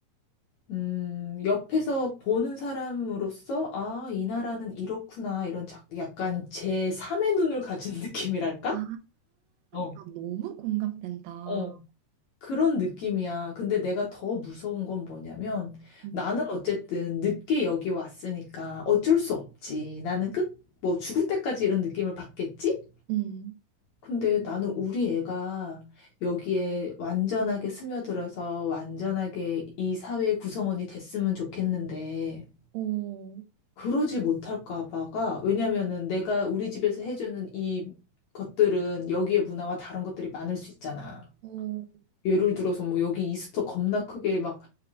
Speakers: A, on the left; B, on the right.
A: 음, 옆에서 보는 사람으로서, 아, 이 나라는 이렇구나, 이런 자- 약간 제3의 눈을 가진 <laughs> 느낌이랄까?
B: 아,
A: 어,
B: 나 너무 공감된다.
A: 어, 그런 느낌이야. 근데 내가 더 무서운 건 뭐냐면
B: 음,
A: 나는 어쨌든 늦게 여기 왔으니까 어쩔 수 없지. 나는 끝, 뭐 죽을 때까지 이런 느낌을 받겠지?
B: 음.
A: 근데 나는 우리 애가 여기에 완전하게 스며들어서 완전하게 이 사회의 구성원이 됐으면 좋겠는데
B: 오,
A: 그러지 못할까 봐가 왜냐면은 내가 우리 집에서 해주는 이 것들은 여기의 문화와 다른 것들이 많을 수 있잖아.
B: 오,
A: 예를 들어서 뭐 여기 이스터 겁나 크게 막